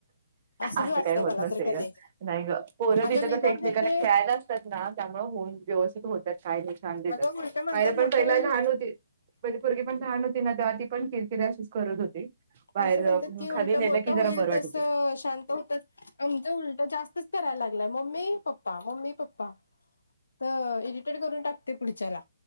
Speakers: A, on the left; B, on the right.
A: असंच
B: असं
A: वाटतंय
B: काही होत
A: मला
B: नसेल
A: तर कधी
B: ग नाही ग पोरांचं
A: अगं
B: तिथं
A: लई
B: तस
A: ताप
B: एकमेकांना
A: देतंय
B: खेळायला त्यात ना त्यामुळे होऊन व्यवस्थित होतात काय नाही छान देतात
A: अगं उलट म्हणतात
B: माया पण
A: मोठं
B: पहिला
A: होईल
B: लहान होती म्हणजे पोरगी पण लहान होती ना तर ती पण किरकिरी अशीच करत होती. बाहेर
A: असं म्हणतात की
B: खाली
A: उलटं
B: नेलं
A: मोठं
B: की जरा
A: होईल
B: बरं वाटायचं.
A: तसं शांत होतच आमचं उलट जास्तच करायला लागलाय मम्मी-पप्पा, मम्मी-पप्पा तर इरिटेड करून टाकतोय पुढच्याला